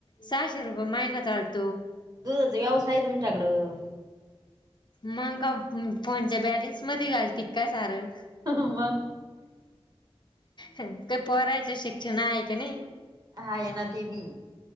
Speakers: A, on the left; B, on the right.
A: सहाशे रुपये महिनत चालत
B: दुधाचा व्यवसाय आहे तुमच्याकडं
A: मग का फोनच्या बॅलेन्स मध्ये घाल त का सारं
B: मग
A: काही परायच शिक्षण आहे का नाही
B: हाय ना ते बी